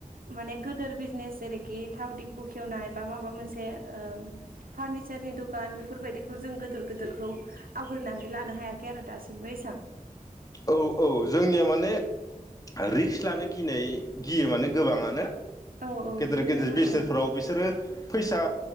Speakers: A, on the right; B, on the left.
A: माने गोदोर बिजनेस जेरैखि थाव दिफु खेवनाय बा माबा मोनसे ओ फारनिचारनि दखान बेफोरबायदिखौ जों गोदोर गोदोरखौ आवग्रिानै लानो हायाखै आरो दासिमबो एसां
B: औ औ जोंनिया माने रिक्स लानो गिनाय गियो माने गोबाङानो।
A: औ औ
B: गेदेर
A: बिदिनो
B: गेदेर
A: होनांसिगोन
B: बिजनेसफोराव बिसोरो फैसा